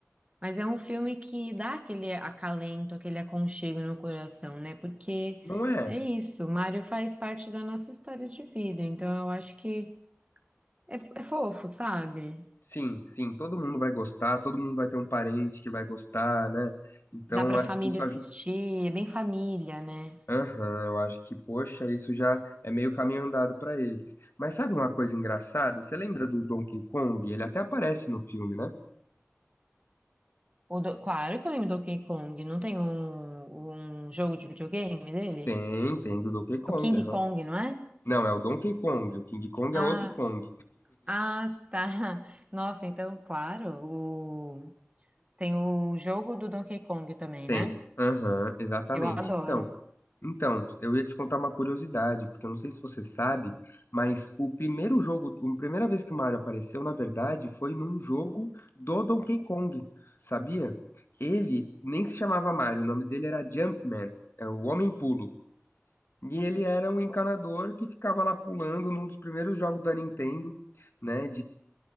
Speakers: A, on the right; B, on the left.
A: Mas é um filme que dá aquele acalento, aquele aconchego no coração, né? Porque
B: Não é?
A: é isso, o Mário faz parte da nossa história de vida, então eu acho que é, é fofo, sabe?
B: Sim, sim, todo mundo vai gostar, todo mundo vai ter um parente que vai gostar, né? Então,
A: Dá pra
B: acho
A: família
B: que isso
A: assistir,
B: ajuda.
A: é bem família, né?
B: Aham, eu acho que, poxa, isso já é meio caminho andado pra eles. Mas sabe uma coisa engraçada? Você lembra do Donkey Kong? Ele até aparece no filme, né?
A: O do- Claro que eu lembro do Donkey Kong, não tem um, um jogo de videogame dele?
B: Tem, tem do Donkey Kong,
A: É o King
B: aham.
A: Kong, não é?
B: Não, é o Donkey Kong, o King Kong
A: Ah,
B: é outro Kong.
A: ah, tá. <laughs> Nossa, então, claro, o... tem o jogo do Donkey Kong também,
B: Tem,
A: né?
B: aham, exatamente.
A: Eu adoro.
B: Então. Então, eu ia te contar uma curiosidade, porque eu não sei se você sabe, mas o primeiro jogo, a primeira vez que o Mario apareceu, na verdade, foi num jogo do Donkey Kong, sabia? Ele nem se chamava Mario, o nome dele era Jumpman, é o Homem Pulo. E ele era um encanador que ficava lá pulando num dos primeiros jogos da Nintendo, né,